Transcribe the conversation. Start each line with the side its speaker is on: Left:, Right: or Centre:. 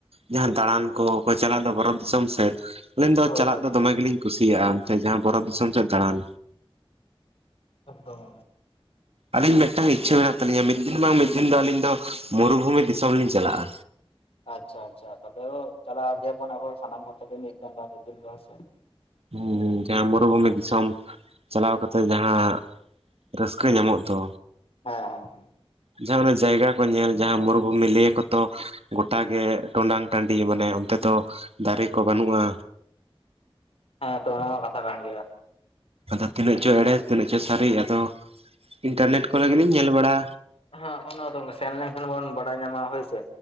Right: ᱡᱟᱦᱟᱸ ᱫᱟᱬᱟᱱ ᱠᱚᱠᱚ ᱪᱟᱞᱟᱜ ᱫᱚ ᱵᱚᱨᱚᱯ ᱫᱤᱥᱚᱢ ᱥᱮᱫ᱾ ᱟᱹᱞᱤᱱ ᱫᱚ
Left: ᱦᱳᱭ
Right: ᱪᱟᱞᱟᱜ
Left: ᱦᱳᱭ
Right: ᱫᱚ ᱫᱚᱢᱮ ᱜᱮᱞᱤᱧ ᱠᱩᱥᱤᱭᱟᱜ-ᱟ ᱚᱱᱛᱮ ᱡᱟᱦᱟᱸ ᱵᱚᱨᱚᱛ ᱫᱤᱥᱚᱢ ᱥᱮᱫ ᱫᱟᱬᱟᱱ᱾
Left: ᱮᱠᱚᱫᱚᱢ᱾
Right: ᱟᱹᱞᱤᱧ ᱢᱮᱜᱴᱟᱝ ᱤᱪᱪᱷᱟᱹ ᱢᱮᱱᱟᱜ ᱛᱟᱞᱤᱧᱟ ᱢᱤᱫ ᱫᱤᱱ ᱵᱟᱝ ᱢᱤᱫ ᱫᱤᱱ ᱫᱚ ᱟᱹᱞᱤᱧ ᱫᱚ ᱢᱩᱨᱩᱵᱷᱩᱢᱤ ᱫᱤᱥᱚᱢ ᱞᱤᱧ ᱪᱟᱞᱟᱜ-ᱟ᱾
Left: ᱟᱪᱷᱟ ᱟᱪᱷᱟ ᱛᱟᱞᱦᱮ ᱦᱳ ᱪᱟᱞᱟᱜ ᱜᱮᱭᱟ ᱟᱵᱟᱨ ᱥᱟᱱᱟᱢ ᱠᱚ ᱛᱮ ᱜᱮ ᱢᱤᱫ ᱫᱤ ᱢᱤᱫ ᱫᱤᱱ ᱵᱟᱝ ᱥᱮ᱾
Right: ᱦᱩᱸ ᱦᱩᱸ ᱡᱟᱦᱟᱸ ᱢᱩᱨᱩᱵᱷᱩᱢᱤ ᱫᱤᱥᱚᱢ ᱪᱟᱞᱟᱣ ᱠᱟᱛᱮ ᱡᱟᱦᱟᱸ ᱨᱟᱹᱥᱠᱟᱹ ᱧᱟᱢᱚᱜ ᱫᱚ᱾
Left: ᱦᱮᱸ ᱦᱮᱸ ᱦᱮᱸ᱾
Right: ᱡᱟᱦᱟᱸ ᱚᱱᱮ ᱡᱟᱭᱜᱟ ᱠᱚ ᱧᱮᱞ ᱡᱟᱦᱟᱸ ᱢᱩᱨᱵᱷᱩᱢᱤ ᱞᱟᱹᱭ ᱟᱠᱚ ᱛᱚ ᱜᱚᱴᱟ ᱜᱮ ᱴᱚᱸᱰᱟᱝ ᱴᱟᱺᱰᱤ ᱢᱟᱱᱮ ᱚᱱᱛᱮ ᱫᱚ ᱫᱟᱨᱮ ᱠᱚ ᱵᱟᱹᱱᱩᱜ-ᱟ᱾
Left: ᱦᱮᱸ ᱛᱚ ᱚᱱᱟ ᱢᱟ ᱠᱟᱛᱷᱟ ᱠᱟᱱ ᱜᱤᱭᱟ᱾
Right: ᱟᱫᱚ ᱛᱤᱱᱟᱹᱜ ᱪᱚ ᱮᱲᱮ ᱛᱤᱱᱟᱹᱜ ᱪᱚ ᱥᱟᱨᱤ ᱟᱫᱚ ᱤᱱᱴᱟᱨᱱᱮᱴ ᱠᱚᱨᱮ ᱜᱮᱞᱤᱧ ᱧᱮᱞ ᱵᱟᱲᱟ
Left: ᱦᱚᱸᱜ-ᱚ ᱱᱚᱣᱟ ᱫᱚ ᱥᱮᱱ ᱞᱮᱱᱠᱷᱟᱱ ᱵᱚᱱ ᱵᱟᱲᱟᱭ ᱧᱟᱢᱟ ᱦᱳᱭ ᱥᱮ᱾